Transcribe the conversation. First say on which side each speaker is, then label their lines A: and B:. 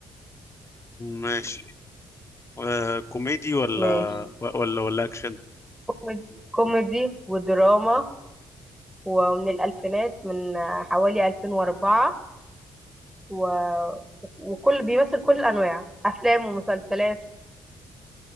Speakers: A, on the left; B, in the centre.
A: ماشي آه، كوميدي ولا
B: ماشي مم.
A: ولا ولا أكشن
B: كوميدي كوميدي ودراما ومن الألفينات من حوالي 2004 و... وكل بيمثل كل الأنواع أفلام ومسلسلات